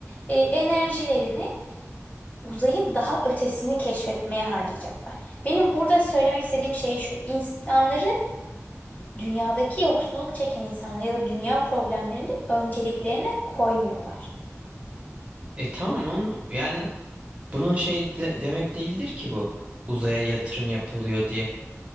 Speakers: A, on the left; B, on the right.
A: e, enerjilerini uzayın daha ötesini keşfetmeye harcayacaklar. Benim burada söylemek istediğim şey şu. insanları dünyadaki yoksulluk çeken insanlar ya da dünya problemlerini önceliklerine koymuyorlar.
B: E tamam onu, yani bunun şey de- demek değildir ki bu. Uzaya yatırım yapılıyor diye.